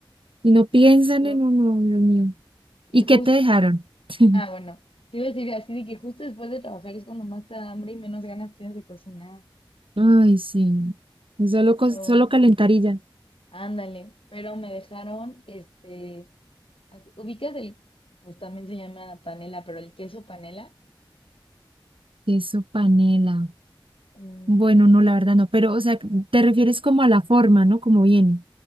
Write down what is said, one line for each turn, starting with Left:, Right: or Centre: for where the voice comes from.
Right: Y no piensan
Left: Sí, justo.
Right: en uno, Dios mío.
Left: Y
Right: ¿Y
Left: justo.
Right: qué te dejaron? <laughs>
Left: Ah, bueno. Te iba a decir así de que justo después de trabajar es cuando más te da hambre y menos ganas tienes de cocinar.
Right: Ay, sí. Solo, cos-
Left: Pero.
Right: solo calentar y ya.
Left: Ándale. Pero me dejaron, este. As- Ubicas el, pues también se llama panela, pero el queso panela.
Right: Queso panela.
Left: mm,
Right: Bueno, no, la verdad no. Pero, o sea, te refieres como a la forma, ¿no? Como viene.